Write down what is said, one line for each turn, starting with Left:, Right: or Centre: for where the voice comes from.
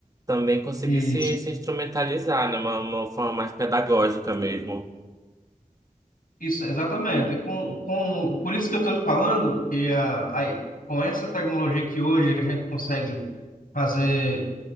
Right: também conseguir
Left: Isso.
Right: se, se instrumentalizar, né, uma, uma forma mais pedagógica mesmo.
Left: Isso, exatamente. Com, com, por isso que eu estou falando que a, a, com essa tecnologia que hoje a gente consegue fazer